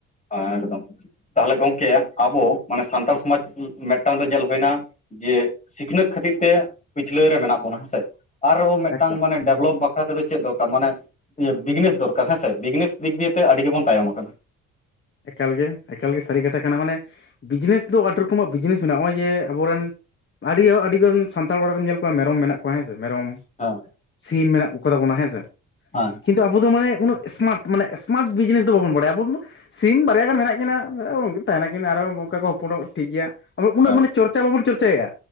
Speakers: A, on the left; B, on the left.
A: ᱦᱮᱸ ᱮᱠᱫᱚᱢ ᱛᱟᱦᱞᱮ ᱜᱚᱝᱠᱮ ᱟᱵᱚ ᱢᱟᱱᱮ ᱥᱟᱱᱛᱟᱲ ᱥᱚᱢᱟᱡᱽ ᱢᱮᱜ ᱴᱟᱝ ᱫᱚ ᱧᱮᱞ ᱦᱳᱭ ᱱᱟ ᱡᱮ ᱥᱤᱠᱷᱱᱟᱹᱛ ᱠᱷᱟᱹᱛᱤᱨ ᱛᱮ ᱯᱤᱪᱷᱞᱟᱹ ᱨᱮ ᱢᱮᱱᱟᱜ ᱵᱚᱱᱟ ᱦᱮᱸᱥᱮ ᱟᱨᱚᱸ ᱢᱤᱜ
B: ᱮᱠᱫᱚᱢ
A: ᱴᱟᱝ ᱢᱟᱱᱮ ᱰᱮᱵᱷᱞᱚᱯ ᱵᱟᱠᱷᱨᱟ ᱛᱮᱫᱚ ᱪᱮᱫ ᱫᱚᱨᱠᱟᱨ ᱢᱟᱱᱮ ᱤᱭᱟᱹ ᱵᱤᱜᱱᱮᱥ ᱫᱚᱨᱠᱟᱨ ᱦᱮᱸᱥᱮ ᱵᱤᱜᱱᱮᱥ ᱫᱤᱠ ᱫᱮᱭᱮ ᱛᱮ ᱟᱹᱰᱤ ᱜᱮᱵᱚᱱ ᱛᱟᱭᱚᱢ ᱠᱟᱱᱟ᱾
B: ᱮᱠᱟᱞ ᱜᱮ ᱮᱠᱟᱞ ᱜᱮ ᱥᱟᱹᱨᱤ ᱠᱟᱛᱷᱟ ᱠᱟᱱᱟ ᱢᱟᱱᱮ ᱵᱤᱡᱽᱱᱮᱥ ᱫᱚ ᱟᱹᱰᱤ ᱨᱚᱠᱚᱢᱟᱜ ᱵᱤᱡᱽᱱᱮᱥ ᱢᱮᱱᱟᱜ-ᱟ ᱱᱚᱜ-ᱚᱭ ᱡᱮ ᱟᱵᱚ ᱨᱮᱱ ᱟᱹᱰᱤ ᱟᱹᱰᱤ ᱜᱟᱱ ᱥᱟᱱᱛᱟᱲ ᱚᱲᱟᱜ ᱨᱮᱱ ᱧᱮᱞ ᱠᱚᱣᱟ ᱢᱮᱨᱚᱢ ᱢᱮᱱᱟᱜ ᱠᱚᱣᱟ ᱦᱮᱸ ᱥᱮ ᱢᱮᱨᱚᱢ
A: ᱦᱮᱸ
B: ᱥᱤᱢ ᱢᱮᱱᱟᱜ ᱠᱚ ᱠᱚᱛᱟ ᱵᱚᱱᱟ ᱦᱮᱸ ᱥᱮ,
A: ᱦᱮᱸ
B: ᱠᱤᱱᱛᱩ ᱟᱵᱚ ᱫᱚ ᱢᱟᱱᱮ ᱩᱱᱟᱹᱜ ᱮᱥᱢᱟᱴ ᱢᱟᱱᱮ ᱥᱢᱟᱨᱴ ᱵᱤᱡᱱᱮᱥ ᱫᱚ ᱵᱟᱵᱚᱱ ᱵᱟᱲᱟᱭᱟ ᱟᱵᱚ ᱥᱤᱢ ᱵᱟᱨᱭᱟ ᱜᱟᱱ ᱢᱮᱱᱟᱜ ᱠᱤᱱᱟ ᱛᱟᱦᱮ ᱱᱟᱠᱤᱱ ᱟᱨᱦᱚᱸ ᱚᱱᱠᱟ ᱠᱚ ᱦᱚᱯᱚᱱᱚᱜ ᱴᱷᱤᱠ ᱜᱮᱭᱟ ᱩᱱᱟᱹᱜ
A: ᱦᱮᱸ
B: ᱢᱟᱱᱮ ᱪᱚᱨ ᱪᱚᱨᱪᱟ ᱵᱟᱵᱚᱱ ᱪᱚᱨᱪᱟᱭᱮᱜ-ᱟ